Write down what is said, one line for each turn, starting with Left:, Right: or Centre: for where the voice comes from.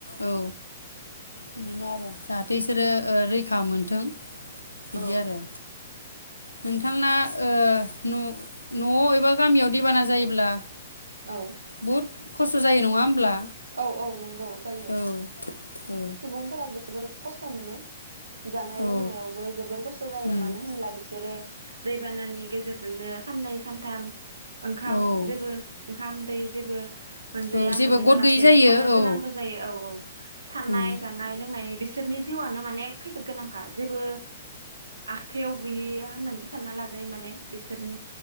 Left: औ बिदिनो आरो जाहाथे बिसोरो ओ रैखा मोनथों बिदि
Right: औ
Left: आरो नोंथांना ओ न न'आव एबा गामियाव दैबाना जायोब्ला
Right: औ
Left: बहुद खस्थ' जायो नङा होमब्ला
Right: औ औ नंगौ जायो
Left: औ औ
Right: सुबुंफोरा जों जोबोर खस्थ' मोनो जानाय
Left: औ
Right: लोंनायावबो जोबोर खस्थ' जायो
Left: उम
Right: मानो होनब्ला बिसोरो दैबानानि गेजेरजोंनो साननै सानथाम ओंखाम
Left: औ
Right: जेबो ओंखाम दै जेबो मोनजाया
Left: औ जेबो
Right: मोनलोङा
Left: गद
Right: लासे
Left: गैयि जायो
Right: थानो
Left: औ
Right: गोनांबो जायो औ औ थानाय
Left: उम
Right: जानाय लों बिसोरनि जिउआनो माने खैफोद गोनांखा जेबो आखाइयाव गैयि होननानैबो सानना लाजायो माने बिसोरनि